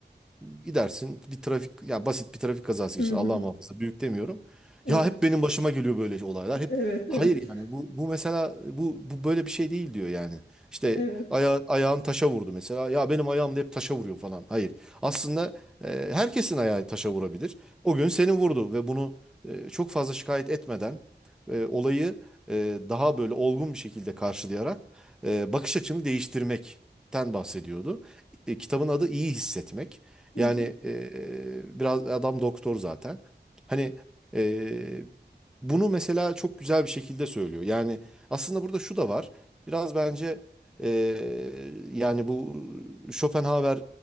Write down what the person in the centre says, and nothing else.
e, gidersin bir trafik ya basit bir trafik kazası
geçirdin.
Allah muhafaza büyük demiyorum.
Ya hep benim başıma geliyor böyle olaylar. Hep
hayır
yani bu
bu mesela bu bu böyle bir şey değil diyor yani. İşte
aya, ayağın taşa vurdu mesela. Ya benim ayağım da hep taşa vuruyor falan. Hayır. Aslında e, herkesin ayağı taşa vurabilir. O gün senin vurdu ve bunu e, çok fazla şikayet etmeden e, olayı e, daha böyle olgun bir şekilde karşılayarak e, bakış açını değiştirmekten bahsediyordu. E, kitabın adı İyi Hissetmek.
Yani
e, e, biraz adam doktor zaten. Hani e, bunu mesela çok güzel bir şekilde söylüyor. Yani aslında burada şu da var. Biraz bence e, yani bu Schopenhauer